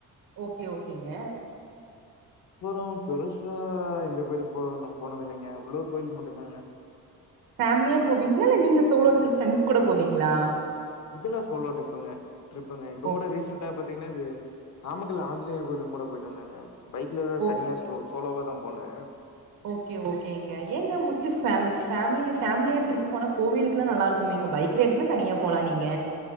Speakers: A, on the right; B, on the left.
A: ஓகே ஓகேங்க
B: அப்பறௌ பெருசா எந்த கோயிலுக்கு போ நம்ம போனது இல்லங்க உள்ளூர் கோயிலுக்கு மட்டு தாங்க
A: ஃபேமிலியா போவீங்களா இல்ல நீங்க சோலோ ட்ரிப் ஃப்ரெண்ட்ஸ் கூட போவீங்களா
B: இதுலா சோலோ ட்ரிப்புங்க ட்ரிப்புங்க இப்பங்
A: ஓகே
B: கூட ரீசெண்டா பத் திங்னா இது நாமக்கல் ஆஞ்சநேயர் கோயிலு கூட போயிட்டு வந்தாங்க பைக்ல ஏதாவது
A: ஓ
B: தனியா ஸ்லோ சோலோவா தா போனே
A: ஓகே ஓகே எங்க லங்க மோஸ்ட்லி ஓகே ஓகாலஞ வந்த வ்ஃபேம் ஃபேமிலி ஃபேமிலியாக ட்ரிப் போனா கோவிலுக்குலா நல்லருக்குமேங்க பைக் ல்லாஐ தனியா போலா நீங்க